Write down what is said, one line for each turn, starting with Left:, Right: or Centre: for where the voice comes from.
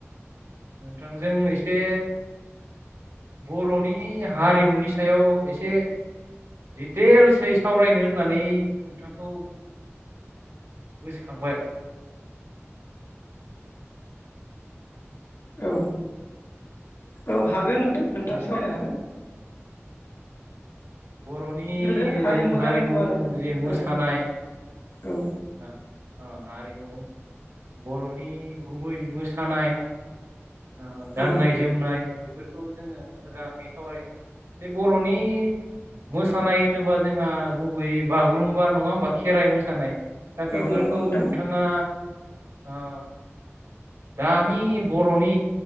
Right: नोंथांजों एसे बर'नि हारिमुनि सायाव एसे दिटेल्सै सावरायनो होननानै नोंथांखौ गोसोखांबाय
Left: औ औ हागोन नोंथां नोंथाङा
Right: जे
Left: सावरायनो हागोन
Right: बर'नि
Left: ग्रोदो
Right: जों हारिमु
Left: जानांगौबा जों
Right: जे मोसानाय
Left: औ औ
Right: अ हारि ओ बर'नि गुबै मोसानाय ओ गाननाय
Left: औ
Right: जोमनाय बे फोरखौ जोङो मोजाङै सावरायो जे बर'नि मोसानाय होनोबा जोंहा गुबैयै बागुरुम्बा नङा होमबा खेराइ मोसानाय दा
Left: औ
Right: बेफोरखौ
Left: नंगौ नोंथां
Right: नोंथाङा ओ दानि बर'नि